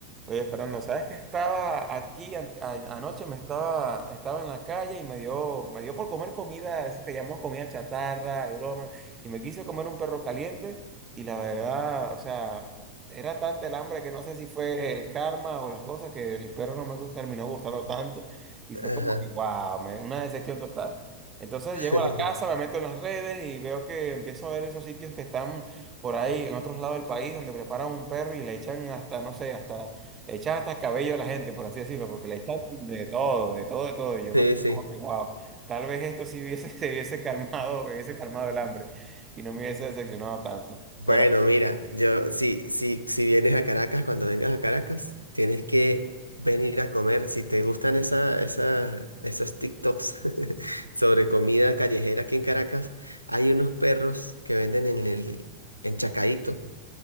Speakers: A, on the right; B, on the left.
A: Oye, Fernando, ¿sabes que estaba aquí an- a- anoche? Me estaba, estaba en la calle y me dio, me dio por comer comida, eso que llamamos comida chatarra, y broma, y me quise comer un perro caliente y la verdad, o sea, era tanta el hambre que no sé si fue el karma o las cosas que el perro no me gu- terminó gustando tanto y fue
B: Ajá.
A: como que, wow, una decepción total. Entonces
B: <laughs>
A: llego a la casa, me meto en las redes y veo que empiezo a ver esos sitios que están por ahí en otros lados del país donde preparan un perro y le echan hasta, no sé, hasta le echan hasta el cabello a la gente, por así decirlo, porque le echan de todo, de todo, de todo. Y yo
B: Sí,
A: me quedo
B: sí.
A: como que, wow, tal vez esto sí hubiese, <laughs> se hubiese calmado, hubiese calmado el hambre y no me hubiese decepcionado tanto.
B: Bueno,
A: Pero,
B: mira, yo, si, si, si vienes a Caracas, cuando vengas a Caracas, tienes que venir a comer. Si te gustan esa, esa, esos TikToks <laughs> sobre comida callejera aquí en Caracas, hay unos perros que venden en el, en Chacaíto